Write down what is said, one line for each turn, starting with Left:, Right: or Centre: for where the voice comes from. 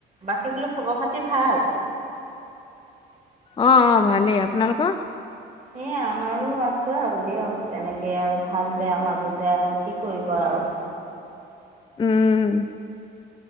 Right: বাকী বোলোঁ খবৰ খাতি ভাল?
Left: অ অ ভালেই, আপোনালোকৰ?
Right: সেই আমাৰো আছোঁ আৰু দিয়ক তেনেকে আৰু ভাল বেয়া মাজতে আৰু কি কৰিব আৰু।
Left: উম।